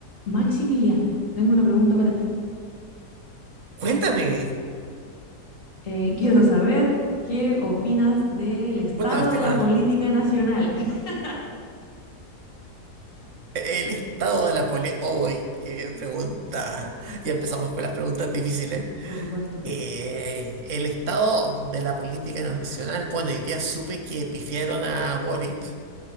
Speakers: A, on the left (about 50°); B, on the right (about 55°).
A: Maximiliano, tengo una pregunta para ti.
B: Cuéntame,
A: Eh, quiero saber qué opinas del estado
B: cuéntame, estimada.
A: de la política nacional. <laughs>
B: El estado de la política. ¡Uy, qué pregunta! Ya empezamos con las preguntas difíciles.
A: Por supuesto.
B: Eh, el estado de la política nacional. Bueno, hoy día supe que pifiaron a Boric.